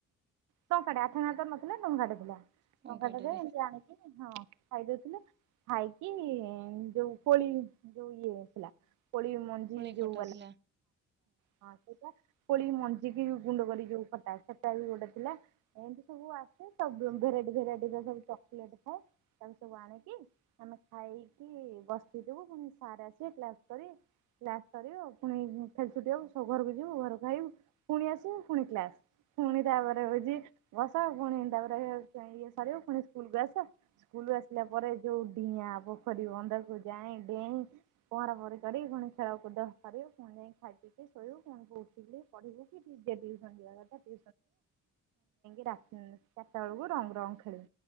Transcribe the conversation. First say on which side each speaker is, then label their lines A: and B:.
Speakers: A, on the right; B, on the right.
A: ଟଙ୍କା ଟେ ଆଠ ତ- ଲଡଙ୍ଗାଟେ ପିଲା।
B: ଟଙ୍କାଟାରେ
A: ଟଙ୍କା ଟ ଯ ଏମତି ଆଣିକି ହଁ। ଖାଇଦଉଥିଲୁ ଖାଇକି ଯୋଉ କୋଳି ଯୋଉ ଇଏ ଥିଲା। ପ ମଞ୍ଜି।
B: କୋଳି ଖଟା
A: ଟ
B: ଥିଲା
A: ହଁ ସେଇଟା ପୋଳ ମଞ୍ଜିିକି ଗୁଣ୍ଡ କର। ଟା ସେଟା ବି ଗୋଟେ ଥିଲା ଏମିତି ସବୁ ଆସେ ସବୁ ଭେରାଇଟି ଭେରାଇଟି ସବୁ ଚକୋଲେଟ ଥାଏ ତାକୁ ସବୁ ଆଣିକି ଆମେ ଖାଇକି ବସଥିବୁଣି ସ ଆସ କ୍ସ କରି୍। ସରିବ ପୁଣି ଖେଳି ଛୁଟି ହବ, ସବୁ ଘରକୁ ଯିବୁ ଘରକୁ ଖାଇବୁ ପୁଣି ଆସିବୁ, ପୁଣି କ୍ଲାସ ପୁଣି ତାପରେ ହଉଛି, ବସ ପୁଣି ତାପରେ ଇଏ ସରିବ ପୁଣି ସ୍କୁଲକୁୁ ଆସ ସ୍କୁଲକୁ ଆସିଲା ପରେ ଯୋଉ ଡିଆଁ ପୋଖରୀ ବନ୍ଧକୁ ଯାଇଁ ଡେଇଁ ପହଁରା ପହଁରି କରି ପୁଣି ଖେଳ କରିବ ପୁଣି ଯାଇ ଖାଇ ପିି ଶୋଇବୁଣଠି ପଢିବୁ କି କ ଦଅ ପୁଣି ଯାଇକି ଚାରଟା ବେଳକୁ ରଙ୍ଗରଙ୍ଗ ଖେଳିବ